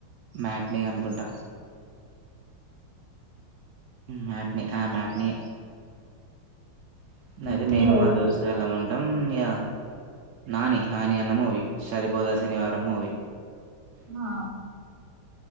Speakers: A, on the right (about 75°); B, on the right (about 45°).
A: మ్యాట్ని అనుకుంటా మ్యాట్ని ఆ మ్యాట్ని
B: అవునండి
A: అయితే మేము
B: అయితే
A: మా దోస్త్ గళం ఉంటాం య నానీ నాని అన్న మూవి సరిపోదా శనివారం మూవి
B: ఆ